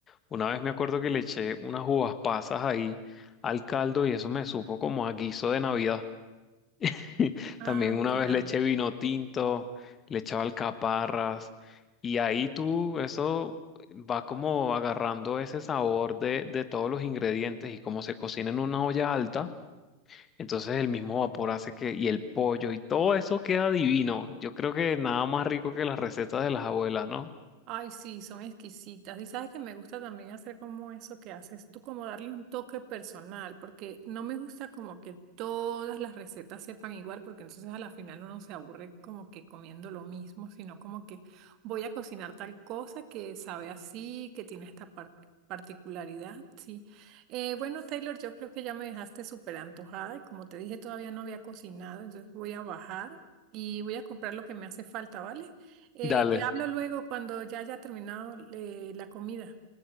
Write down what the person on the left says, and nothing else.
Una vez me acuerdo que le eché unas uvas pasas ahí al caldo y eso me supo como a guiso de Navidad. <laughs>
También una
vez le eché vino tinto, le echaba alcaparras y ahí tú, eso va como agarrando ese sabor de, de todos los ingredientes y como se cocina en una olla alta entonces el mismo vapor hace que, y el pollo y todo eso queda divino. Yo creo que nada más rico que las recetas de las abuelas, ¿no?
Dale,